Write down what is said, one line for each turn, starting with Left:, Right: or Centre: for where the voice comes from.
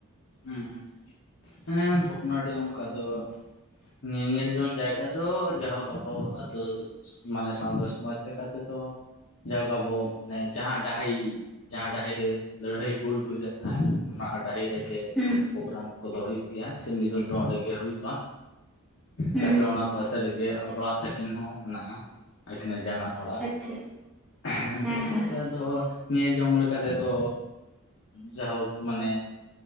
Left: ᱦᱩᱢᱸ ᱦᱮᱸ ᱵᱷᱚᱜᱽᱱᱟᱰᱤ ᱚᱝᱠᱟ ᱫᱚ ᱧᱮᱧᱮᱞ ᱡᱚᱝ ᱡᱟᱭᱜᱟ ᱫᱚ ᱡᱟᱦᱳᱠ ᱟᱵᱚ ᱛᱚ ᱢᱟᱱᱮ ᱥᱟᱶᱛᱟ ᱥᱚᱢᱟᱡᱽ ᱞᱮᱠᱟ ᱛᱮᱫᱚ ᱡᱟᱦᱳᱠ ᱟᱵᱚ ᱢᱟᱱᱮ ᱡᱟᱦᱟᱸ ᱰᱟᱦᱤ ᱡᱟᱦᱟᱸ ᱰᱟᱦᱤ ᱨᱮ ᱞᱟᱹᱲᱦᱟᱹᱭ ᱦᱩᱞ ᱦᱩᱭ ᱞᱮᱱ ᱛᱟᱦᱮᱱ ᱚᱱᱟ ᱰᱟᱹᱦᱤ ᱨᱮᱜᱮ
Centre: ᱦᱩᱸ
Left: ᱯᱨᱳᱜᱨᱟᱢ ᱠᱚᱫᱚ ᱦᱩᱭᱩᱜ ᱜᱮᱭᱟ ᱥᱮ ᱢᱤᱫᱩᱱ ᱫᱚ ᱚᱱᱰᱮᱜᱮ ᱦᱩᱭᱩᱜ-ᱟ᱾
Centre: ᱦᱩᱸ
Left: ᱛᱟᱯᱚᱨᱮ ᱚᱱᱟ ᱯᱟᱥᱮ ᱨᱮᱜᱮ ᱚᱲᱟᱜ ᱛᱟᱹᱠᱤᱱ ᱦᱚᱸ ᱢᱮᱱᱟᱜ-ᱟ ᱟᱹᱠᱤᱱᱟᱜ ᱡᱟᱱᱟᱢ ᱚᱲᱟᱜ
Centre: ᱟᱪᱪᱷᱟ
Left: ᱮᱦᱮᱢ
Centre: ᱦᱮᱸ
Left: ᱢᱤᱜ ᱥᱚᱸᱜᱮ
Centre: ᱦᱮᱸ
Left: ᱛᱮ ᱟᱫᱚ ᱧᱮᱞ ᱡᱚᱝ ᱞᱮᱠᱟ ᱛᱮᱫᱚ ᱡᱟᱭᱦᱳᱠ ᱢᱟᱱᱮ